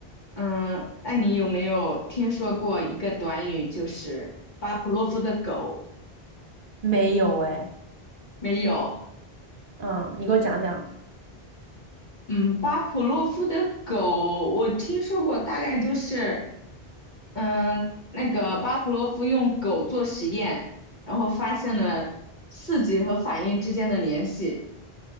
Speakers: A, on the left; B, on the right.
A: 嗯，那你有没有听说过一个短语，就是巴甫洛夫的狗？
B: 没有哎，
A: 没有。
B: 嗯，你给我讲讲。
A: 嗯，巴甫洛夫的狗，我听说过，大概就是，嗯，那个巴甫洛夫用狗做实验，然后发现了刺激和反应之间的联系，